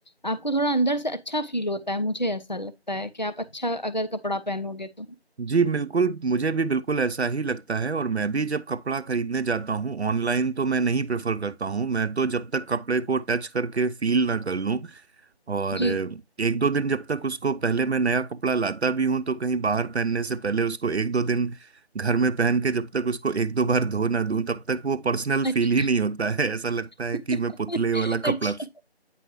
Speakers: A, on the left; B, on the right.
A: आपको थोड़ा अंदर से अच्छा फील होता है मुझे ऐसा लगता है कि आप अच्छा अगर कपड़ा पहनोगे तो
B: जी बिल्कुल मुझे भी बिल्कुल ऐसा ही लगता है और मैं भी जब कपड़ा खरीदने जाता हूँ ऑनलाइन तो मैं नहीं प्रेफर करता हूँ मैं तो जब तक कपड़े को टच करके फील ना कर लूँ और
A: जी
B: एक दो दिन जब तक उसको पहले मैं नया कपड़ा लाता भी हूं तो कहीं बाहर पहनने से पहले उसको एक दो दिन घर में पहन के जब तक उसको एक दो बार धो ना दूं तब तक वो पर्सनल फील
A: अच्छा
B: ही नहीं होता है ऐसा लगता है
A: <laughs>
B: कि मैं पुतले वाला
A: अच्छा
B: कपड़ा